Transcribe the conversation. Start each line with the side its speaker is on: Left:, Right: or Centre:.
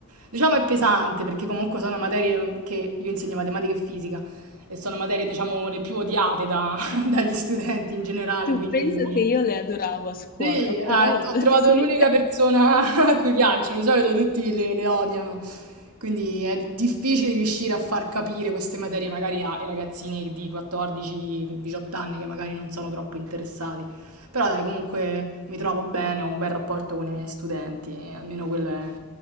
Right: diciamo è pesante perché comunque sono materie che io insegno matematica e fisica e sono materie, diciamo, le più odiate da- <laughs> dagli studenti in generale,
Left: Tu
Right: quindi...
Left: pensa che io le adoravo a scuola,
Right: Sì, ah,
Left: però
Right: ho
Left: <laughs>
Right: trovato
Left: sì.
Right: l'unica persona <laughs> a cui piacciono, di solito tutti le, le odiano, quindi è difficile riuscire a far capire queste materie magari ai ragazzini di 14-18 anni che magari non sono troppo interessati, però dai, comunque mi trovo bene, ho un bel rapporto con i miei studenti, e almeno quello è